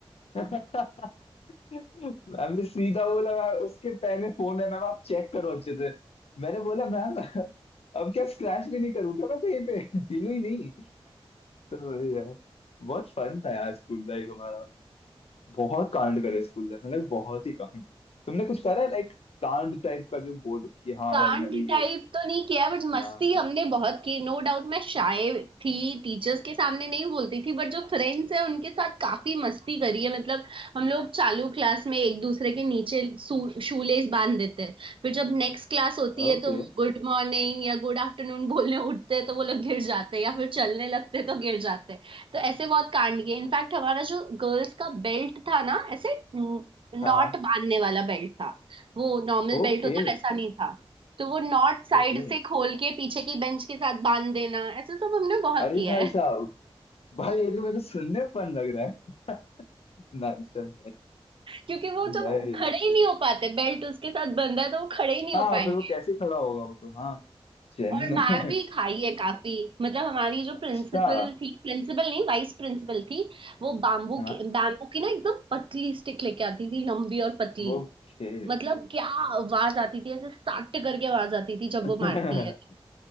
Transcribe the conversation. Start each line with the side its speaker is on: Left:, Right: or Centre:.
Left: <laughs> मैम ने सीधा बोला मैम उसके पैर में फोन है मैम आप चेक करो अच्छे से मैंने बोला मैम अब क्या स्क्रैच भी नहीं करूँ क्या मैं कहीं पे <laughs> हिलू ही नहीं तो वही यार बहुत फन था यार स्कूल लाइफ हमारा बहुत कांड करे स्कूल लाइफ मतलब बहुत ही कांड तुमने कुछ करा है लाइक कांड टाइप का जो बोल कि हाँ
Right: कांड
Left: भाई मैंने
Right: टाइप
Left: ये
Right: तो नहीं किया बट मस्ती
Left: हाँ
Right: हमने बहुत की नो डाउट मैं शाय थी टीचर्स के सामने नहीं बोलती थी बट जो फ्रेंड्स है उनके साथ काफी मस्ती करी है मतलब हम लोग चालू क्लास में एक दूसरे के नीचे शूलेस बांध देते हैं फिर जब नेक्स्ट क्लास होती
Left: ओके
Right: है तो वो गुड मॉर्निंग या गुड आफ्टरनून बोलने उठते हैं तो वो लोग गिर जाते हैं या फिर चलने लगते हैं तो गिर जाते हैं तो ऐसे बहुत कांड किए इनफैक्ट हमारा जो गर्ल्स का बेल्ट था ना ऐसे नॉट
Left: हाँ हाँ
Right: बांधने वाला बेल्ट था वो नॉर्मल
Left: ओके
Right: बेल्ट होता है, वैसा नहीं था तो वो नॉट साइड
Left: ओके
Right: से खोल के पीछे की बेंच के साथ बांध देना ऐसा सब हमने बहुत
Left: अरे
Right: किया
Left: भाई
Right: है
Left: साहब भाई ये तो मेरे को सुनने में fun लग रहा है <laughs> Nice sir,
Right: क्योंकि वो जब
Left: nice
Right: खड़े ही नहीं हो पाते बेल्ट उसके साथ बंधा है तो वो खड़े ही नहीं
Left: हाँ
Right: हो पाएंगे
Left: फिर वो कैसे खड़ा होगा वो तो हाँ जेन्युइन
Right: और मार
Left: है
Right: भी
Left: <laughs>
Right: खाई है काफी मतलब हमारी जो
Left: अच्छा
Right: प्रिंसिपल थी प्रिंसिपल नहीं वाइस प्रिंसिपल थी वो बाम्बू
Left: हाँ
Right: के बाम्बू की ना एकदम पतली स्टिक लेके आती थी लंबी और पतली
Left: ओके
Right: मतलब क्या आवाज आती थी ऐसे सट करके आवाज आती थी
Left: <laughs>
Right: जब
Left: अच्छा
Right: वो मारती है